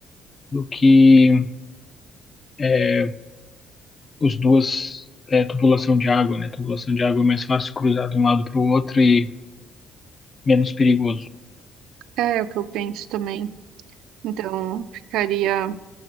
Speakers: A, on the left; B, on the right.
A: do que é, os duas é, tubulação de água, né? Tubulação de água é mais fácil cruzar de um lado para o outro e menos perigoso.
B: é o que eu penso também. Então, ficaria